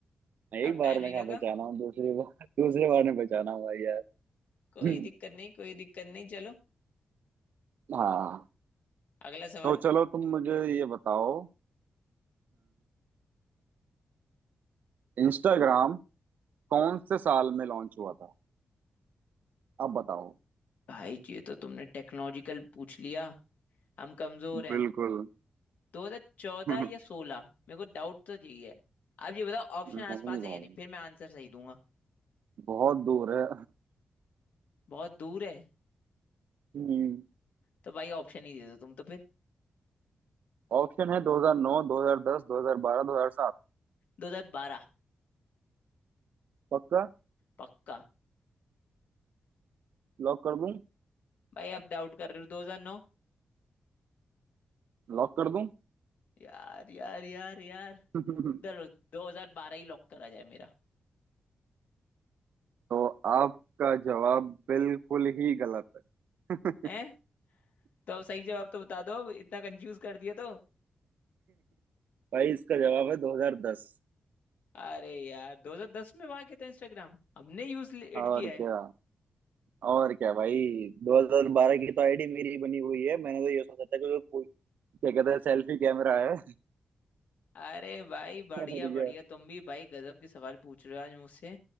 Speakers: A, on the right (about 80°); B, on the left (about 70°).
A: एक
B: अब
A: बार
B: टाइम
A: में
B: नहीं
A: कहाँ
B: लगा
A: पहचाना हूँ दूसरी बार दूसरे बार में पहचाना हूँ भाई यार <laughs>
B: कोई
A: हम्म,
B: दिक्कत नहीं कोई दिक्कत नहीं चलो
A: हाँ
B: अगला सवाल
A: तो चलो तुम मुझे ये बताओ इंस्टाग्राम कौन से साल में लॉन्च हुआ था अब बताओ
B: भाई ये तो तुमने टेक्नोलॉजिकल पूछ लिया हम कमजोर हैं
A: बिल्कुल
B: 2014
A: <laughs> नहीं
B: या 16 मेरे को डाउट तो यही है अब ये बताओ ऑप्शन
A: भाई
B: आसपास है या नहीं फिर मैं आंसर सही दूंगा
A: बहुत दूर है
B: बहुत दूर है
A: हम्म
B: तो भाई ऑप्शन ही दे दो तुम तो फिर
A: ऑप्शन है 2009 2010 2012 2007
B: 2012
A: पक्का
B: पक्का
A: लॉक कर दूं
B: भाई अब डाउट कर रहे हो 2009
A: लॉक कर दूं
B: यार यार यार यार
A: <laughs>
B: चलो 2012 ही लॉक करा जाए मेरा
A: तो आपका जवाब बिल्कुल ही गलत है
B: है
A: <laughs>
B: तो अब सही जवाब तो बता दो इतना कंफ्यूज कर दिया तो
A: भाई इसका जवाब है 2010
B: अरे यार 2010 में वहां के थे इंस्टाग्राम हमने यूज इट
A: और
B: किया है
A: क्या और क्या भाई 2012 की तो आईडी मेरी ही बनी हुई है मैंने तो ये सोचा था कि क्या कहते हैं सेल्फी कैमरा है
B: अरे भाई बढ़िया
A: और क्या
B: बढ़िया तुम भी भाई गजब के सवाल पूछ रहे हो आज मुझसे